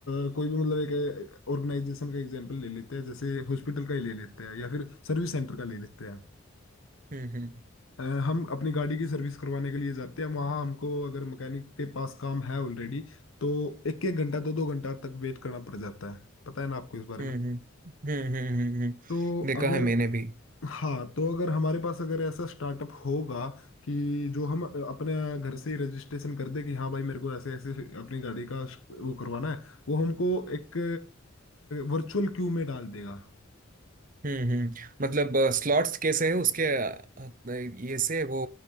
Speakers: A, on the left; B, on the right.
A: अ, कोई भी मतलब एक ऑर्गेनाइजेशन का एग्जांपल ले लेते हैं जैसे हॉस्पिटल का ही ले लेते हैं या फिर सर्विस सेंटर का ले लेते हैं
B: हम्म हम्म
A: अ, हम अपनी गाड़ी की सर्विस करवाने के लिए जाते हैं वहाँ हमको अगर मैकेनिक के पास काम है ऑलरेडी तो एक एक घंटा दो दो घंटा तक वेट करना पड़ जाता है पता है ना आपको इस बारे
B: हम्म
A: में
B: हम्म हम्म हम्म, हम्म। हम्म।
A: तो
B: देखा
A: अगर
B: है मैंने भी
A: हाँ तो अगर हमारे पास अगर ऐसा स्टार्टअप होगा कि जो हम अपने घर से ही रजिस्ट्रेशन कर दे कि हाँ भाई मेरे को ऐसे ऐसे अपनी गाड़ी का वो करवाना है वो हमको एक वर्चुअल क्यू में डाल देगा
B: हम्म हम्म मतलब स्लॉट्स कैसे है उसके अ, अ, ये से वो